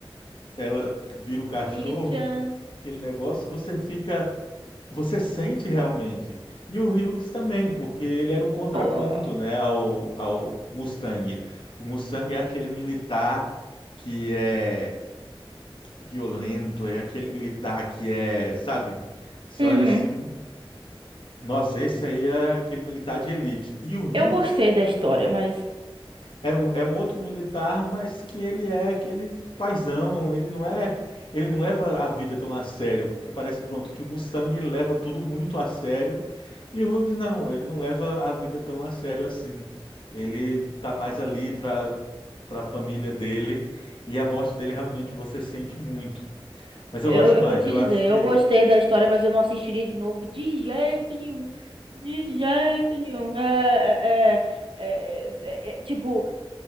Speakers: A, on the left; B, on the right.
A: ela vira o cachorro,
B: Onichan.
A: aquele negócio, você fica. Você sente realmente. E o Hughes também, porque ele era um contraponto,
B: Ó,
A: né, ao, ao Mustang. O Mustang é aquele militar que é violento, é aquele militar que é, sabe? Você
B: uhum.
A: olha assim. Nossa, esse aí é aquele militar de elite. E o Hughes
B: Eu gostei da história, mas
A: era um, é um outro militar, mas que ele é aquele paizão, ele não é, ele não leva a vida tão a sério, porque parece pronto que o Mustang ele leva tudo muito a sério, e o Hughes não, ele não leva a vida tão a sério assim. Ele tá mais ali para para a família dele, e a morte dele realmente você sente muito. Mas
B: eu,
A: eu gosto
B: eu
A: mais,
B: vou te
A: eu
B: dizer,
A: acho que
B: eu gostei da história, mas eu não assistiria de novo de jeito nenhum. De jeito nenhum. É, é, é, é, é, é, é, tipo,